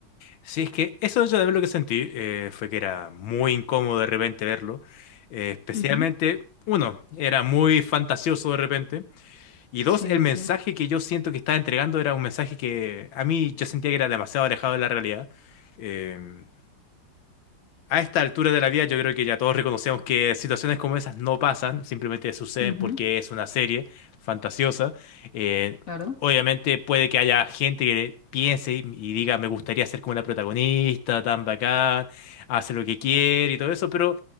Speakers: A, on the left (about 80°); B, on the left (about 45°).
A: Sí, es que eso yo de ver lo que sentí eh, fue que era muy incómodo de repente verlo, eh, especialmente,
B: Ujú.
A: uno, era muy fantasioso de repente, y dos,
B: Sí,
A: el mensaje
B: sí.
A: que yo siento que estaba entregando era un mensaje que a mí yo sentía que era demasiado alejado de la realidad. Eh, a esta altura de la vida yo creo que ya todos reconocemos que situaciones como esas no pasan, simplemente suceden
B: Ujú,
A: porque es una serie fantasiosa. Eh,
B: Claro.
A: obviamente puede que haya gente que piense y, y diga, me gustaría ser como la protagonista, tan bacán, hace lo que quiere y todo eso, pero